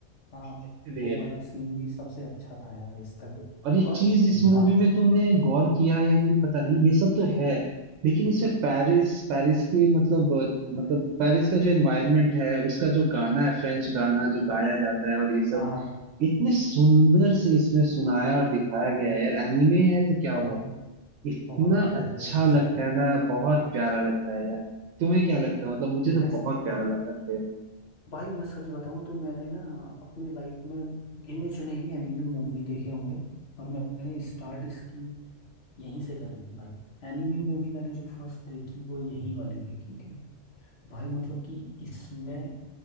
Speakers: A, on the left; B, on the right.
A: हाँ,
B: इसलिए
A: वो वाला सीन भी सबसे अच्छा था यार इसका
B: और एक
A: और
B: चीज इस
A: ला
B: मूवी में तुमने गौर किया है या नहीं पता नहीं ये सब तो है लेकिन इसमें पेरिस पेरिस के मतलब अ, मतलब पेरिस का जो एनवायरनमेंट है उसका जो गाना है फ्रेंच गाना जो गाया जाता है और ये सब
A: हाँ हाँ
B: इतने सुंदर से इसमें सुनाया और दिखाया गया है यार एनिमे है तो क्या
A: बहुत
B: हुआ इतना
A: बहुत प्यारे
B: अच्छा
A: तरीके
B: लगता
A: से
B: है ना बहुत प्यारा लगता है यार तुम्हें क्या लगता है मतलब मुझे तो
A: मैं
B: बहुत प्यारा लगा था यार
A: भाई मैं सच बताऊं तो मैंने ना अपने लाइफ में गिने चुने ही एनिमी मूवी देखे होंगे और मैंने स्टार्ट इसकी यहीं से करी थी भाई एनिमी मूवी मैंने जो फर्स्ट देखी वो यही वाली देखी थी भाई मतलब कि इसमें